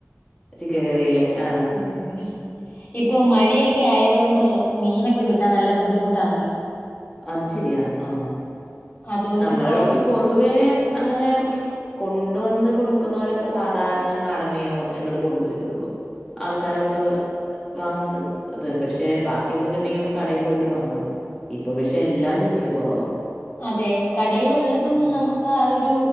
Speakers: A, in the centre; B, on the left (about 35°).
A: ചിക്കൻ കറിയില്ലേ ആ
B: അതെ അതെ ഇപ്പൊ മഴയൊക്കെ ആയതോണ്ട് മീനൊക്കെ കിട്ടാൻ നല്ല ബുദ്ധിമുട്ടാന്നേ
A: അത് ശെരിയാ ആ
B: അതുകൊണ്ടിപ്പോ
A: നമ്മുടെ ഇവിടേക്ക് പൊതുവേ അങ്ങനെ കൊണ്ടുവന്ന് കൊടുക്കുന്നവരൊക്കെ സാധാരണ നാടൻമീനുകളൊക്കെ ഇങ്ങൊട് കൊണ്ടുവരുള്ളു ആൾക്കാരൊക്കെ വാങ്ങുന്നത് ഇത് പക്ഷെ ബാക്കിയൊക്കെക്കിട്ടണോങ്കി നമ്മള് കടയിൽ പോയിട്ട് വാങ്ങണം ഇപ്പൊ പക്ഷെ എല്ലാം കിട്ടല് കുറവാ
B: അതെ കടയിലുള്ളതും
A: ഉം.
B: നമുക്ക് അതൊരു